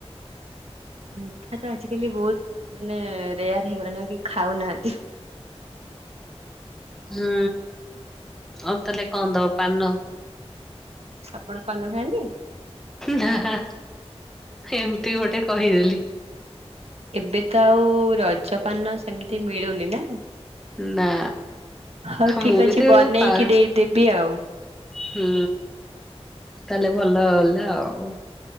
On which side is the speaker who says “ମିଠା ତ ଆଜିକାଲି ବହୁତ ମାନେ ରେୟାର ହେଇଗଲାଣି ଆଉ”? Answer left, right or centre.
Right